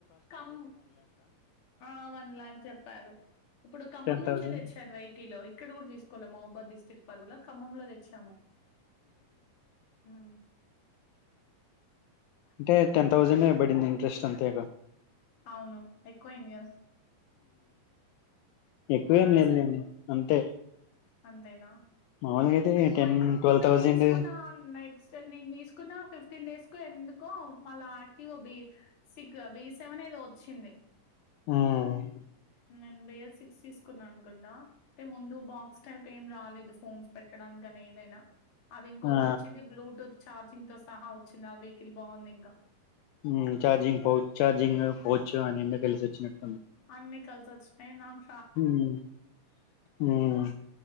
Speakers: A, on the left; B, on the left.
A: కమ్ ఆ వన్ ల్యాక్ చెప్పారు ఇప్పుడు ఖమ్మం
B: టెన్
A: నుంచే
B: థౌజండ్
A: తెచ్చాను వై కీళ్లు ఇక్కడ కూడా తీసుకోవలేి మహుబాద్ డిస్టిక్ట్ పరువలో ఖమ్మంలో తెచ్చాము ఆ
B: అంటే టెన్ థౌసెండ్ ఏమో పడింది ఇంట్రెస్ట్ అంతే గా
A: అవును ఎక్కువైందిగద
B: ఎక్కువ
A: ఎక్కువయిందా
B: ఏం లేదులేండి
A: సార్
B: అంతే
A: అంతేనా
B: మాములుగా అయితే
A: ఎక్కువ
B: టెన్
A: ఎంనేను
B: ట్వెల్వ్ థౌజండ్
A: తీసుకున్న నెక్స్ట్ నేను తీసుకున్న ఫిఫ్టీన్ డేస్ కు ఎందుకో మళ్ళ active B six B seven ఏదో వచ్చింది
B: మ్మ్
A: నేను బే సిక్స్ తీసుకున్నా అనుకుంటా అంటే ముందు బాక్స్ టైప్ ఏం రాలేదు ఫోన్స్ పెట్టడానికైన ఏదైనా అది ఇంకొటి
B: ఆ
A: వచ్చింది బ్లూటూత్ ఛార్జింగ్ తో సహా వచ్చింది ఆ వెహికిల్ బాగుంది ఇంకా
B: మ్మ్ చార్జింగ్ పో చార్జింగ్ పౌచ్ అన్ని కలిసి వచ్చినట్
A: అన్ని కల్ సోచ్ స్ప్రే నాక్
B: మ్మ్ మ్మ్